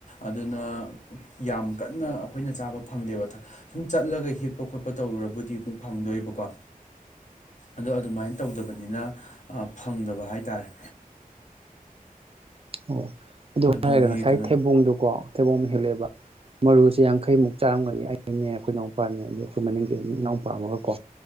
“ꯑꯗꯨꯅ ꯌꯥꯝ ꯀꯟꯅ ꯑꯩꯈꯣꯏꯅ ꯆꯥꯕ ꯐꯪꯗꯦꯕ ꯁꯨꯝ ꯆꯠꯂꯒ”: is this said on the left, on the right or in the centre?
Left